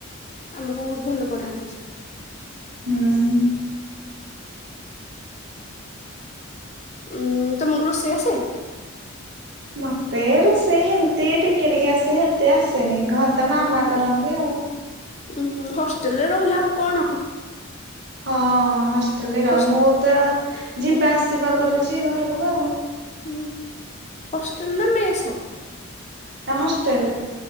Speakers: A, on the left (about 35°); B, on the right (about 55°).
A: ଆମକୁ ବହୁତ ଭଲ ପଢାନ୍ତି ସେ।
B: ହୁଁ ଉଁ ଉଁ ଉଁ।
A: ହୁଁ। ତମକୁରୁୁ ରୋସେଇ ଆସେ?
B: ମତେ ରୁ ସେ ହେମିତି ଟିକେ ଟିକିେ ଆସେ ହେତେ ଆସ ସେନି ଘର ତ ମାମା କରନ୍ତି ଆଉ।
A: ଉଁ ହୁ ହଷ୍ଟେଲ ରେ ରହିଲା ଆଉ କଣ?
B: ହଁ। ଏ ଇ ନିକା
A: ହସ୍
B: ମୁତ ଯିବା ଆସିବା କରୁଛି ଘରକୁ ଆଉ।
A: ହୁଁ ହଷ୍ଟେଲ ନା ମେସ୍? ଠ।
B: ନାଁ ହଷ୍ଟେଲେ।